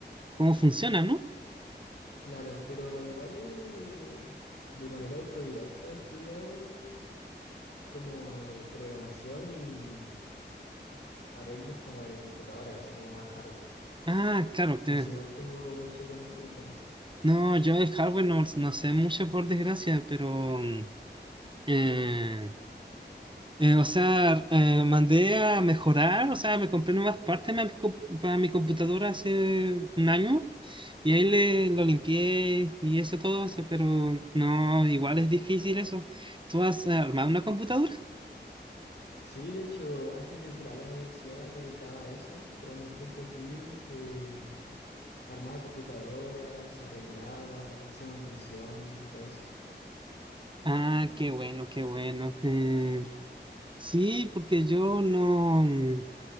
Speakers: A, on the right; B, on the left.
A: cómo funciona, ¿no?
B: Claro, pero igual eh, de manera autodidacta he estudiado como el- programación y arreglos como de computadoras, así como más hardware.
A: Ah, claro.
B: Entonces
A: que-
B: igual tengo mucho conocimiento en eso.
A: No, yo el hardware no, no sé mucho por desgracia, pero mm, eh, Eh, o sea, eh, mandé a mejorar, o sea, me compré nuevas partes para mi co- para mi computadora hace un año y ahí le, lo limpié y eso todo eso, pero no, igual es difícil eso. ¿Tú has eh, armado una computadora?
B: Sí, de hecho, antes de entrar a la universidad me dedicaba a eso, como en mis tiempos libres. eh, Armaba computadoras, arreglaba, hacía mantenciones y todo eso.
A: Ah, qué bueno, qué bueno. Eh, sí, porque yo no, mm,